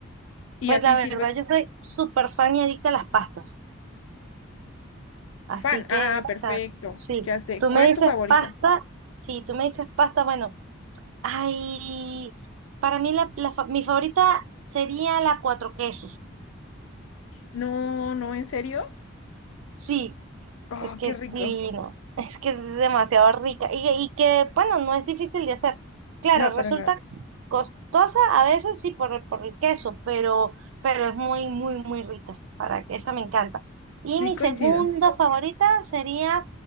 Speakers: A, on the left; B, on the right.
A: Y
B: Pues
A: así
B: la verdad,
A: sirve
B: yo soy súper fan y adicta a las pastas.
A: fan.
B: Así
A: Ah,
B: que,
A: perfecto,
B: o sea, sí,
A: ya sé.
B: tú
A: ¿Cuál
B: me
A: es
B: dices
A: tu favorita?
B: pasta, sí, tú me dices pasta, bueno, ay, para mí la, la fa- mi favorita sería la cuatro quesos.
A: No, no, ¿en serio?
B: Sí,
A: Oh,
B: Es que
A: qué
B: es
A: rico.
B: divino, <laughs> es que es demasiado rica y, y que, bueno, no es difícil de hacer. Claro,
A: No, para
B: resulta
A: nada.
B: costosa a veces sí por, el- por el queso, pero, pero es muy, muy, muy rica. Para que esa me encanta. Y
A: Sí,
B: mi
A: coincido.
B: segunda favorita sería